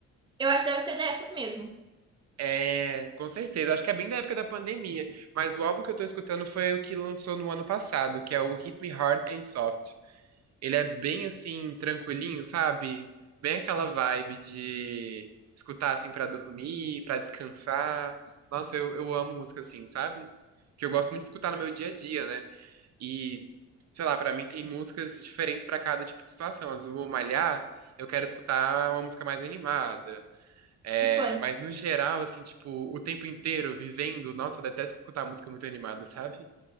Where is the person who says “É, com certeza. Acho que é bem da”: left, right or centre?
Right